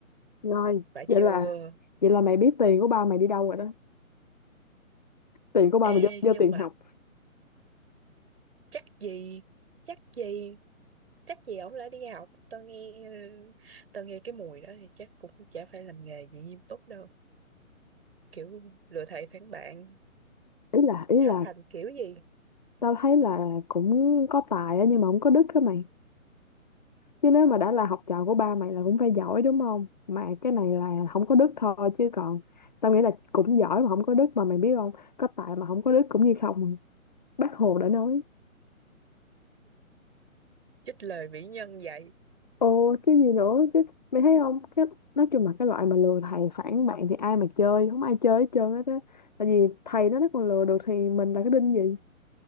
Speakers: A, on the left; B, on the right.
A: rồi
B: phải
A: vậy
B: chưa
A: là vậy là mày biết tiền của ba mày đi đâu rồi đó tiền của ba mày
B: ê
A: do, do
B: nhưng
A: tiền
B: mà
A: học
B: chắc gì chắc gì chắc gì ổng đã đi học tao nghe ờ, tao nghe cái mùi đó thì chắc cũng chả phải làm nghề gì nghiêm túc đâu kiểu lừa thầy phản bạn
A: ý là ý
B: học
A: là
B: hành kiểu gì
A: Tao thấy là cũng có tài á nhưng mà không có đức á mày. Chứ nếu mà đã là học trò của ba mày là cũng phải giỏi đúng không? Mà cái này là không có đức thôi chứ còn tao nghĩ là cũng giỏi mà không có đức mà mày biết không? Có tài mà không có đức cũng như không. Bác Hồ đã nói.
B: trích lời vĩ nhân vậy
A: Ồ cái gì nữa chứ mày thấy không? Cái nói chung là cái loại mà lừa thầy phản bạn thì ai mà chơi, không ai chơi hết trơn hết á. Tại vì thầy nó nó còn lừa được thì mình là cái đinh gì?